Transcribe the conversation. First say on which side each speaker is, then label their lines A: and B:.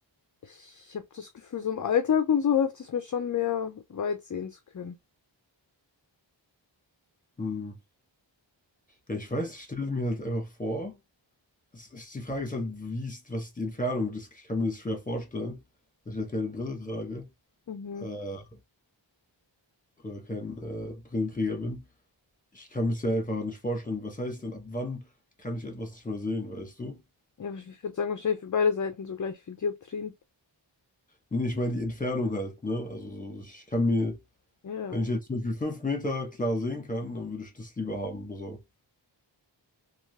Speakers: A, on the left; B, on the left.
A: ich habe das Gefühl, so im Alltag und so hilft es mir schon mehr, weit sehen zu können.
B: hm. Ja, ich weiß, ich stelle mir halt einfach vor. Es ist, die Frage ist halt, wie ist, was ist die Entfernung? Das, ich kann mir das schwer vorstellen, dass ich halt keine Brille trage
A: Mhm.
B: äh, oder kein äh, Brillenträger bin. Ich kann mir es ja einfach nicht vorstellen. Was heißt denn, ab wann kann ich etwas nicht mehr sehen, weißt du?
A: Ja, aber ich würde sagen, wahrscheinlich für beide Seiten so gleich viel Dioptrien.
B: Nee, nee, ich meine die Entfernung halt, ne? Also so, ich kann mir
A: Ja.
B: Wenn ich jetzt zum Beispiel fünf Meter klar sehen kann, dann würde ich das lieber haben. So.